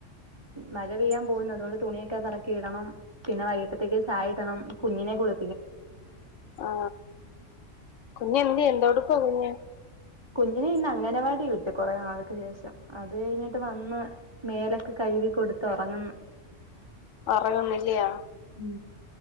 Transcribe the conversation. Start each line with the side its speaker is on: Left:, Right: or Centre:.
Right: മഴ പെയ്യാൻ പോകുന്നു അതുകൊണ്ട് തുണിയൊക്കെ പറക്കി ഇടണം പിന്നെ വൈക ത്തേക്ക് ചായടണം കുഞ്ഞിനെ കുളി
Left: ആ കുഞ്ഞ് എന്തേ എന്തോടുക്കാ കുഞ്ഞ്
Right: കുഞ്ഞിനെ ഇന്ന് അംഗനവാടി വിട്ട് കുറെ നാൾക്ക് ശേഷം അത് കഴിഞ്ഞിട്ട് വന്ന് മേലൊക്ക് കഴുകി കൊടുത്ത് ഉറങ്ങുന്നു
Left: ഉറകുന്നില്ലയാ
Right: ഉം